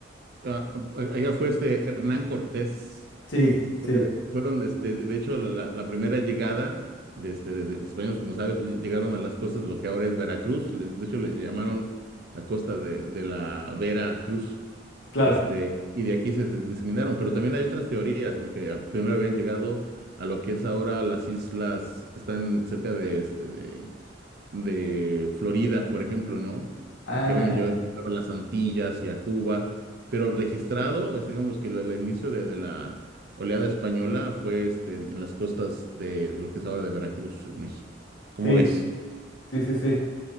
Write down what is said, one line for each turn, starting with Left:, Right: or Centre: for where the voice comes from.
Right: Ah, ah, allá fue este Hernán Cortés.
Left: Sí,
Right: Fue-
Left: sí,
Right: fueron, este, de hecho, la, la primera llegada de, este, de- de españoles, como sabes, pues, llegaron a las costas de lo que ahora es Veracruz. les- De hecho, le llamaron la costa de, de la Vera Cruz.
Left: claro.
Right: Este, y de aquí se, se diseminaron. Pero también hay otras teorías, ¿no? Que primero habían llegado a lo que es ahora las islas que están cerca de, este, de de Florida, por ejemplo, ¿no?
Left: Ah,
Right: Y que ven, yo claro, a las Antillas y a Cuba, pero registrado, es, digamos que el, el inicio de, de la oleada española fue este, en, en las costas de, de lo que es ahora de Veracruz, en México. ¿Cómo
Left: sí,
Right: ves?
Left: sí, sí, sí.